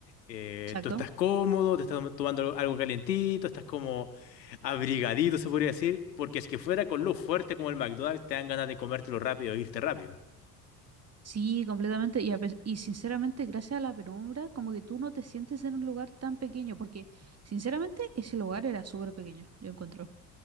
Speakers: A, on the left; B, on the right.
A: Eh,
B: Exacto.
A: tú estás cómodo, te estás tom- tomando algo calentito, estás como abrigadito, se podría decir, porque es que fuera con lo fuerte como el McDonald's te dan ganas de comértelo rápido e irte rápido.
B: Sí, completamente. Y, a pes- y sinceramente, gracias a la penumbra, como que tú no te sientes en un lugar tan pequeño, porque sinceramente ese lugar era súper pequeño, yo encuentro.